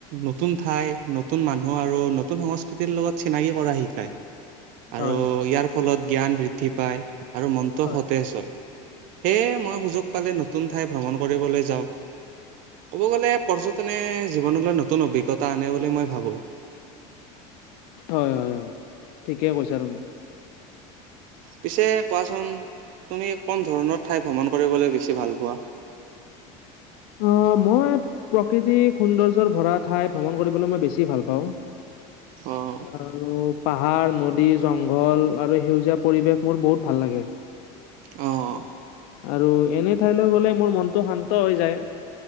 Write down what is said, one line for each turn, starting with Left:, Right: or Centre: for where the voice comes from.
Right: নতুন ঠাই, নতুন মানুহ আৰু নতুন সংস্কৃতিৰ লগত চিনাকি কৰা শিকায়। আৰু
Left: হয়
Right: ইয়াৰ ফলত জ্ঞান বৃদ্ধি পায় আৰু মনটো
Left: অ
Right: সতেজ্‌ হ'য়। সেয়ে মই সুযোগ পালে নতুন ঠাই ভ্ৰমণ কৰিবলৈ যাওঁ। ক'ব গ'লে পৰ্য টনে জীৱনলৈ নতুন অভিজ্ঞতা আনে বুলি মই ভাৱো।
Left: হয় হয় হয় ঠিকে কৈছা তুমি।
Right: পিছে কোৱাচোন, তুমি কোন ধৰণৰ ঠাই ভ্ৰমণ কৰিবলৈ বেছি ভাল পোৱা? <inaudible>
Left: অঁ, মই প্ৰকৃতি সৌন্দৰ্যৰ ভৰা ঠাই ভ্ৰমণ কৰিবলৈ মই বেছি ভাল পাওঁ।
Right: অ
Left: আৰু পাহাৰ, নদী, জংঘল আৰু সেউজীয়া পৰিৱেশ মোৰ বহুত ভাল লাগে।
Right: অঁহ
Left: আৰু এনে ঠাইলৈ গ'লে মোৰ মনটো শান্ত হৈ যায়।